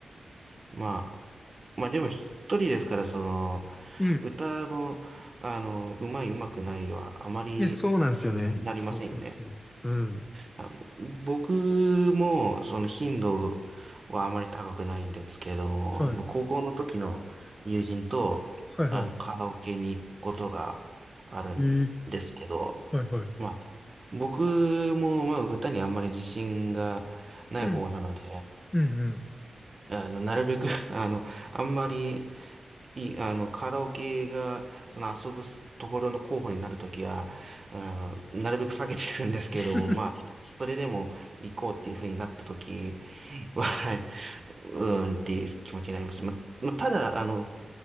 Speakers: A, on the right; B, on the left.
A: まあ、まあでも一人ですから、その、
B: うん
A: 歌の、あの、うまい、うまくないは、あまり、
B: いや、そうなんですよね。
A: になりませんよね。
B: そうそうそう。うん。
A: あの、僕も、その頻度はあまり高くないんですけれども、
B: はい。
A: もう高校の時の友人と、
B: はいは
A: あの、カラオケに行くことがあるんですけど、
B: い。えー、はいはい。
A: まあ、僕も、まあ、歌にあんまり自信がない方なので、
B: うん。うんうん。
A: あの、なるべく <laughs> あの、あんまりい、あの、カラオケが、その遊ぶところの候補になるときは、あの、なるべく避けてるんですけども、
B: <laughs>
A: まあ、それでも行こうっていうふうになったときは、<laughs> うーんっていう気持ちになります。ま、まあ、ただ、あの、